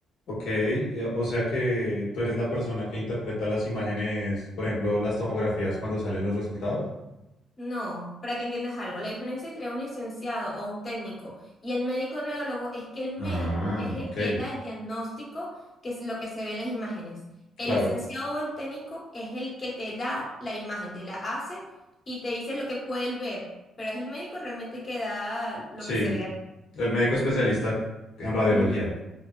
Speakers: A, on the left; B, on the left.
A: Ok, eh, o sea que tú eres la persona que interpreta las imágenes, por ejemplo, las tomografías cuando salen los resultados.
B: No, para que entiendas algo, la diferencia entre un licenciado o un técnico y el médico radiólogo es que el médico
A: Ah,
B: es el
A: ok,
B: que da el diagnóstico, que es lo que se ve en las imágenes. El
A: claro.
B: licenciado o el técnico es el que te da la imagen, te la hace y te dice lo que puede él ver, pero es el médico realmente que da lo
A: Sí,
B: que se ve ahí.
A: el médico especialista en radiología.
B: Ujú,